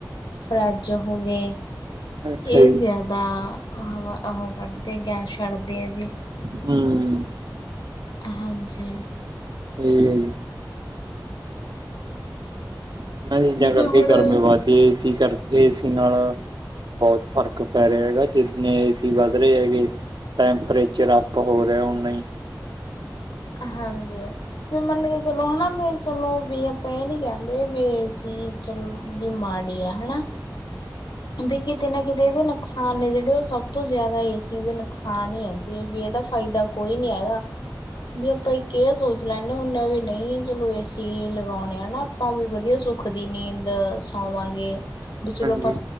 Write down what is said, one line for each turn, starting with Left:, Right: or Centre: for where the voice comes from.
Left: ਫਰੈਚ ਹੋ ਗੇ।
Right: ਅੱਛਾ
Left: ਇਹ
Right: ਜੀ।
Left: ਜ਼ਿਆਦਾ ਹ ਉਹ ਕੱਢਦੇ ਆ ਗੈਸ ਛੱਡਦੇ ਆ ਜੀ।
Right: ਹੂੰ
Left: ਹਾਂਜੀ
Right: ਹਮ। ਇਹਨਾਂ ਚੀਜ਼ਾਂ
Left: ਜਿਵੇਂ
Right: ਕਰਕੇ
Left: ਹੁਣ
Right: ਗਰਮੀ ਵੱਧਦੀ ਏਸੀ ਕਰਕੇ ਏਸੀ ਨਾਲ। ਬਹੁਤ ਫ਼ਰਕ ਪੈ ਰਿਹਾ, ਹੈਗਾ ਜਿੰਨੇ ਏ ਸੀ ਵੱਧ ਰਹੇ ਹੈਗੇ। ਟੈਂਮਪਰੇਚਰ ਆਪ ਹੋ ਰਿਹਾ ਉਨਾ ਹੀ
Left: ਹਾਂਜੀ। ਵੀ ਮੰਨ ਕੇ ਚਲੋ ਹਨਾ ਬ, ਚਲੋ ਬ ਆਪਾਂ ਇਹ ਨੀ ਕਹਿੰਦੇ ਬੇ ਅਸੀ ਚਲੋ ਵੀ ਮਾੜੀ ਆ ਹਨਾ। ਵੀ ਕਿਤੇ ਨਾ ਕਿਤੇ ਇਹਦੇ ਨੁਕਸਾਨ ਨੇ ਜਿਹੜੇ ਉਹ ਸਭ ਤੋਂ ਜ਼ਿਆਦਾ ਏ ਸੀ ਦੇ ਨੁਕਸਾਨ ਹੀ ਹੈ ਜੇ ਵੀ ਇਹਦਾ ਫਾਇਦਾ। ਕੋਈ ਨੀ ਹੈਗਾ, ਵੀ ਆਪਾਂ ਕਿਹਾ ਸੋਚ ਲੈਂਦੇ ਹ ਹੁਣ ਮ ਵੀ। ਨਹੀਂ ਚਲੋ ਏਸੀ ਲਗਾਉਣੇ ਆ ਨਾ। ਭਾਵੇ ਵਧੀਆ ਸੁੱਖ ਦੀ ਨੀਂਦ ਸੌਂਵਾਂਗੇ ਵੀ ਚਲੋ
Right: ਹਾਂਜੀ,
Left: ਆਪ